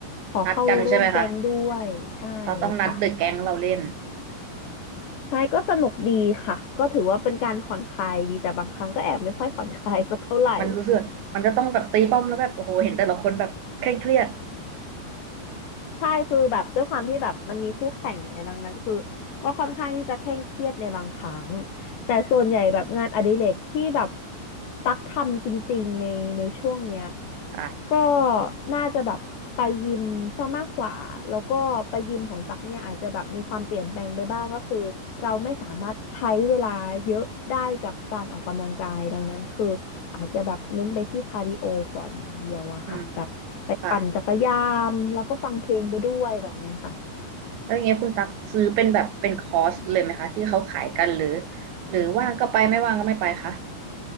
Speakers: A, on the left (about 75°); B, on the right (about 85°).
A: ขอเข้าร่วมแก๊งด้วยใช่
B: นัดกันใช่ไหมคะเราต้องนัดเดอะแก๊งเราเล่น
A: ค่ะ ใช่ก็สนุกดีค่ะก็ถือว่าเป็นการผ่อนคลายดีแต่บางครั้งก็แอบไม่ค่อยผ่อนคลายสักเท่าไหร่
B: มันรู้สึกมันจะต้องแบบตีป้อมแล้วแบบโอ้โหเห็นแต่ละคนแบบเคร่งเครียด
A: ใช่คือแบบด้วยความที่แบบมันมีคู่แข่งเนี่ยดังนั้นคือก็ค่อนข้างที่จะเคร่งเครียดในบางครั้งแต่ส่วนใหญ่แบบงานอดิเรกที่แบบตักทำจริงๆในในช่วงเนี้ย
B: ค่ะ
A: ก็น่าจะแบบไปยิมซะมากกว่าแล้วก็ไปยิมของตักเนี่ยอาจจะแบบมีความเปลี่ยนแปลงไปบ้างก็คือเราไม่สามารถใช้เวลาเยอะได้กับการออกกำลังกายดังนั้นคือ อาจจะแบบเน้นไปที่คาร์ดิโอก่อนอย่างเดียวอะค่ะแบบไปปั่นจักรยานแล้วก็ฟังเพลงไปด้วยแบบเนี้ยค่ะ
B: อืมค่ะแล้วอย่างเงี้ยคุณตักซื้อเป็นแบบเป็นคอร์สเลยไหมคะที่เขาขายกันหรือหรือว่างก็ไปไม่ว่างก็ไม่ไปคะ